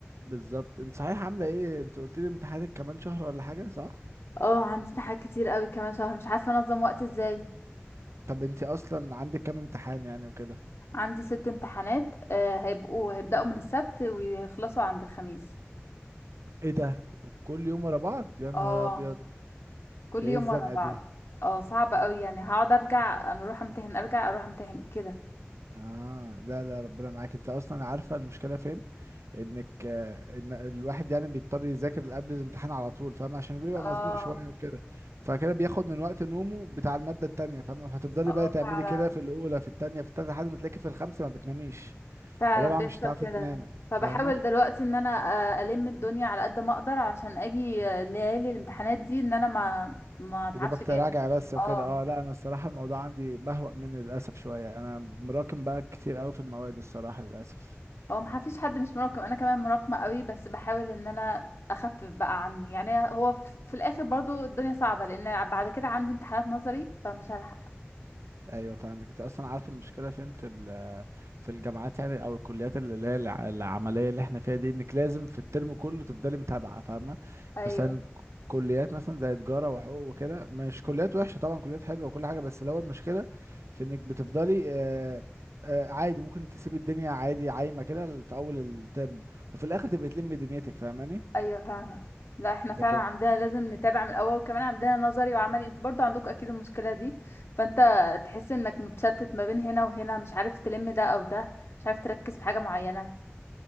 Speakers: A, on the right; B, on the left.
A: بالظبط انت صحيح عاملة ايه انت قلت لي امتحاناتك كمان شهر ولا حاجة صح
B: اه عندي حاجات كتير قوي كمان شهر مش عارفة انظم وقت ازاي
A: طب انت اصلا عندك كام امتحان يعني وكده
B: عندي ست امتحانات آه هيبقوا هيبدأوا من السبت ويخلصوا عند الخميس
A: ايه ده كل يوم ورا بعض يا نهار
B: اه
A: ابيض
B: كل
A: ده ايه
B: يوم
A: الزنقة
B: ورا بعض
A: دي
B: اه صعب قوي يعني هقعد ارجع اروح امتحن ارجع اروح امتحن كده
A: اه لا لا ربنا معاك انت اصلا عارفه المشكله فين انك آه، ان الواحد يعني بيضطر يذاكر قبل الامتحان على طول فاهم عشان بيبقى
B: اه
A: مزنوق شويه وكده فكده بياخد من وقت نومه بتاع الماده التانية فاهم فتفضلي
B: اه
A: بقى تعملي
B: فعلا
A: كده في الاولى في التانية في التالتة لحد ما تلاقي في الخامسه ما بتناميش
B: فعلا
A: الرابعه
B: بيحصل
A: مش هتعرفي
B: كده
A: تنامي
B: فبحاول
A: فاهمه
B: دلوقتي ان انا آه، الم الدنيا على قد ما اقدر علشان اجي آه، ليالي الامتحانات دي ان انا ما ما اتعبش
A: يا دوبك
B: جامد
A: تراجع بس وكده
B: اه
A: اه لا انا الصراحه الموضوع عندي بهوأ مني للاسف شويه انا مراكم بقى كتير قوي في المواد الصراحه للاسف
B: هو ما فيش حد مش مراقب انا كمان مراكمه قوي بس بحاول ان انا اخفف بقى عني يعني هو في في الاخر برضو الدنيا صعبه لان بعد كده عندي امتحانات نظري فمش هلحق
A: ايوه فاهمك انت اصلا عارف المشكله فين في ال- في الجامعات يعني او الكليات اللي اللي هي الع- العمليه اللي احنا فيها دي انك لازم في الترم كله تفضلي متابعه فاهمه
B: ايوه
A: مثلا كليات مثلا زي تجاره وحقوق وكده مش كليات وحشه طبعا كليات حلوه وكل حاجه بس اللي هو المشكله في انك بتفضلي آه، آه، عادي ممكن تسيبي الدنيا عادي عايمه كده في اول الترم وفي الاخر تبقي تلمي دنيتك فاهماني
B: ايوه فاهمه لا احنا فعلا
A: لكن
B: عندنا لازم نتابع من الاول وكمان عندنا نظري وعملي انتوا برضو عندكم اكيد المشكله دي فانت تحس انك متشتت ما بين هنا وهنا مش عارف تلم ده او ده مش عارف تركز في حاجه معينه